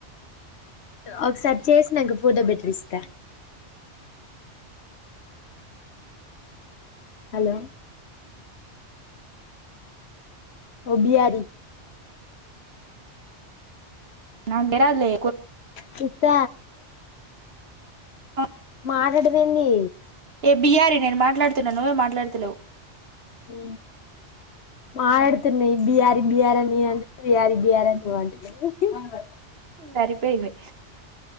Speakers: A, on the left; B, on the right.
A: ఒకసారి చేసినాక ఫోటో పెట్టు రిషిత. హలో. ఓ బిఆరి.
B: రంగరాజులే.
A: చిత.
B: ఆ.
A: మాట్లాడవేంది.
B: ఏ బియ్యారి నేను మాట్లాడుతున్నా నువ్వే మాట్లాడుతలేవు.
A: ఉ మాట్లాడుతున్న ఈ బిహారి బిహారి అనే నేను అంటున్న బిహారీ బిహారీ అని నువ్వు అంటున్నావ్.
B: సరిపోయింది.